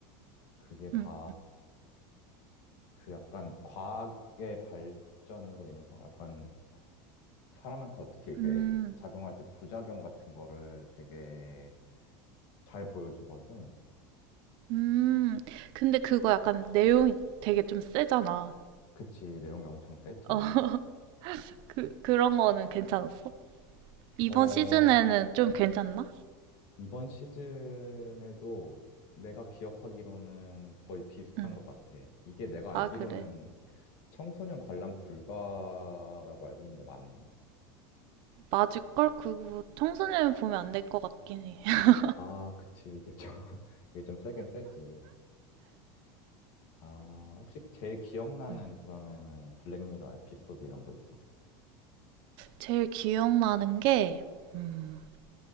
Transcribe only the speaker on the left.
그게 다
그 약간 과학의 발전으로 인해서 약간 사람한테 어떻게 이렇게
작용할 때 부작용 같은 거를 되게 잘 보여주거든.
그치, 내용이 엄청 세지.
어,
이번 시즌에도 내가 기억하기로는 거의 비슷한
것 같아. 이게 내가 알기로는
청소년 관람 불가라고 알고 있는데 맞나?
아, 그치. 이게 좀, <laughs> 이게 좀 세긴 세지. 아, 혹시 제일 기억나는
그러면은 블랙미러 에피소드 이런 거 있어?